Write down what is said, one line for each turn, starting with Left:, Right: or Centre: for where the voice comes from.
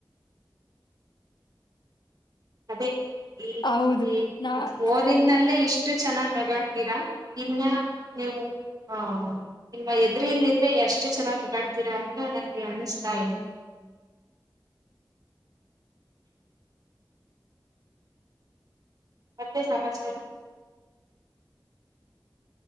Right: ಅದೇ ಈ
Left: ಹೌದು ನಾ
Right: ಈ ಫೋನಿನಲ್ಲೇ
Left: ನಾವು-
Right: ಇಷ್ಟು ಚೆನ್ನಾಗ್ ಹಗಾಡ್ತೀರಾ ಇನ್ನ ನೀವು ಹ ನಿಮ್ಮ ಎದ್ರಲ್ಲಿ ಆದ್ರೆ ಎಷ್ಟು ಚೆನ್ನಾಗಿ ಅಾಡ್ತೀರಾ ಅಂತ ನನ್ಗೆ ಅನಿತಾಯಿದೆ ಮತ್ತೆ ಸಮಾಚಾರ